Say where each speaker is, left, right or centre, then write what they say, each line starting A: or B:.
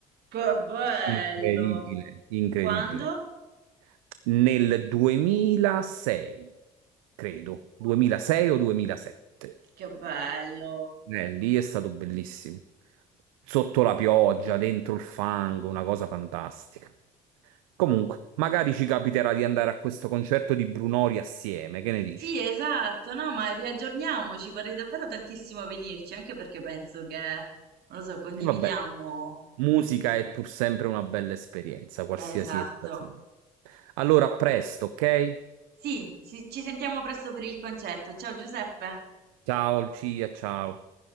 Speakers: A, on the right (about 65°); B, on the right (about 80°).
A: Che bello.
B: Incredibile. incredibile,
A: Quando?
B: nel 2006, credo, 2006 o 2007.
A: Che bello.
B: Eh, lì è stato bellissimo. Sotto la pioggia, dentro il fango, una cosa fantastica. Comunque, magari ci capiterà di andare a questo concerto di Brunori assieme, che ne dici?
A: Sì, esatto, no, ma riaggiorniamoci, vorrei davvero tantissimo venirci, anche perché penso che, non lo so, condividiamo
B: E vabbè, musica è pur sempre una bella esperienza, qualsiasi
A: Esatto.
B: essa sia. Allora, a presto, ok?
A: Sì, ci ci sentiamo presto per il concerto. Ciao Giuseppe.
B: Ciao, Lucia, ciao.